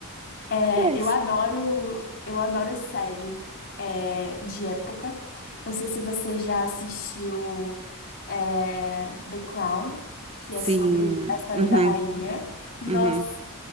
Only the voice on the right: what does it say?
pois.
Sim,
uhum,
uhum.